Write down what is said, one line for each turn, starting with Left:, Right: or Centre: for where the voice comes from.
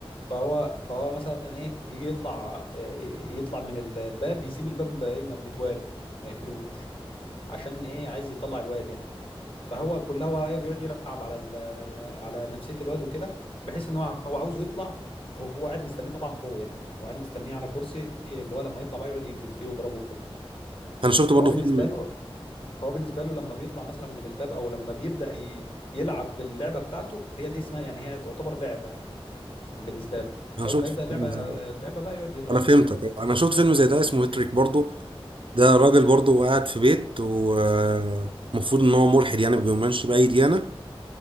Left: فهو فهو مثلا ايه يجي يطلع آه، يطلع من ال- الباب يسيب الباب بقى إيه، متوارب ما يقفلوش عشان ايه عايز يطلع الواد يعني فهو كلها هو ايه بيقعد يلعب على ال- على نفسية الواد وكده بحيث ان هو هو عاوزه يطلع هو قاعد مستنيه طبعا فوق يعني هو قاعد مستنيه على كرسي اللي هو لما يطلع بقى يقعد يجلد فيه ويضربه وكده
Right: انا شفت
Left: فهو
Right: برضو
Left: بالنسبة
Right: فيلم
Left: له فهو بالنسبة له لما بيطلع مثلا من الباب او لما بيبدأ ي- يلعب اللعبة بتاعته هي دي اسمها يعني هي تعتبر لعبة يعني بالنسبة له
Right: انا
Left: اول
Right: شفت
Left: ما يبدأ اللعبة
Right: فيلم زي ده
Left: اللعبة بقى يقعد يضرب
Right: انا فهمتك
Left: فيه وهكذا
Right: انا شفت فيلم زي ده اسمه هيتريك برضو ده راجل برضه قاعد في بيت ومفروض ان هو ملحد يعني ما بيؤمنش باي ديانه